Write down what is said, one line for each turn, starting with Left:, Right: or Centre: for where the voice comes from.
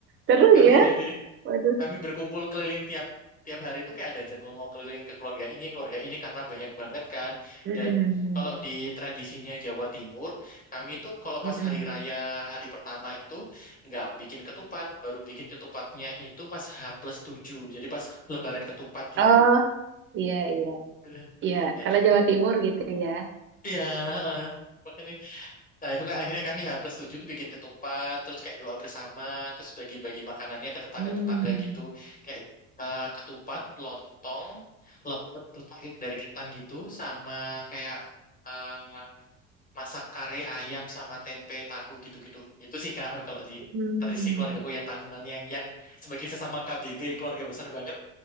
Right: Terus
Left: kami
Right: ya.
Left: dari
Right: Waduh.
Left: kami berkumpul keliling tiap tiap hari itu kayak ada jadwal mau keliling ke keluarga ini, keluarga ini karena banyak banget kan.
Right: Mm-mm.
Left: Dan kalau di tradisinya Jawa Timur, kami itu kalau
Right: Mm-mm.
Left: pas hari raya hari pertama itu nggak bikin ketupat, baru bikin ketupatnya itu pas H plus tujuh Jadi pas Lebaran ketupat gitu.
Right: Oh, iya iya.
Left: Gitu.
Right: Iya,
Left: Ya
Right: kalau
Left: itu.
Right: Jawa Timur gitu ya.
Left: Iya, heeh. makanya Nah, itu kan akhirnya kami H plus 7 tuh bikin ketupat, terus kayak doa bersama, terus bagi-bagi makanannya ke tetangga-tetangga
Right: Hmm.
Left: gitu. Kayak eh, ketupat, lontong, lepet kayak dari ketan gitu, sama kayak eh, masak kare ayam sama tempe tahu gitu-gitu. Itu sih Kak, kalau di
Right: Hmm,
Left: tradisi keluargaku yang tahunan yang yang sebagai sesama KBB keluarga besar banget.